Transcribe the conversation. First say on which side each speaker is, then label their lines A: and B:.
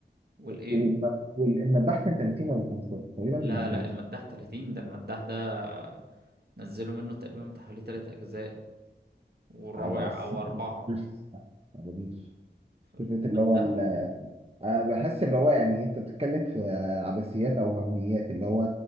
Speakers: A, on the right; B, on the right.
A: والايه
B: والم- والمذبح كان 30 ولا 15 تقريبا
A: لا لا
B: 30
A: المداح 30 ده المداح ده نزلوا منه تقريبا بتاع حوالي تلات اجزاء والرابع
B: آه، بس
A: او
B: مش
A: اربعة
B: مش- ما أظنش.
A: فالمداح
B: فكرة اللي هو ال- أه بحس اللي هو يعني أنت بتتكلم في آه، عبثيات أو وهميات اللي هو